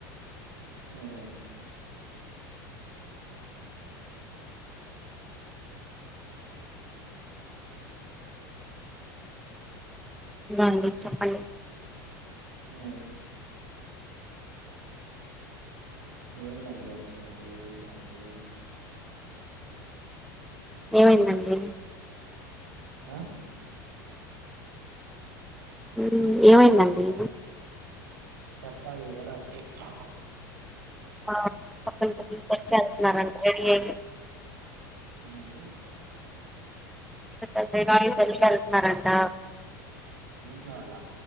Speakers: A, on the right; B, in the centre.
A: ఆ
B: బా చెప్పండి
A: ఆ ఏం అండి అసలు మీరు నాకు
B: ఏమైందండి
A: ఆ
B: ఉ ఏమైందండి
A: చె చెప్పాలి ఏద ఒకటి నాకు
B: <unintelligible> రెడి అయి
A: ఏందండి
B: <unintelligible> వెళ్తున్నారంట
A: మీఇంట్లో వాళ్ళ